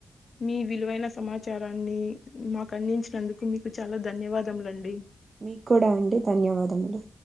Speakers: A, on the left; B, on the right.
A: మీ విలువైన సమాచారాన్ని మాకు అందించినందుకు మీకు చాలా ధన్యవాదములండి.
B: మీకు కూడా అండి ధన్యవాదములు.